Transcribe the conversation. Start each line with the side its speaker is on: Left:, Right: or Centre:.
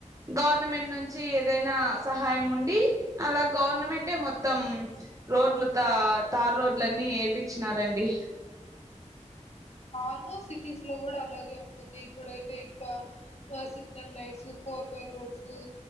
Right: గవర్నమెంట్ నుంచి ఏదైనా సహాయం ఉండి. అలా గవర్నమెంటే మొత్తం రోడ్లు త తారు రోడ్లన్నీ ఎపిచ్చినారంండి.
Left: ఆల్మోస్ట్ సిటీస్ లో కూడా అలాగే ఉంటుంది. ఇప్పుడైతే ఇంకా signal lights four way roads కు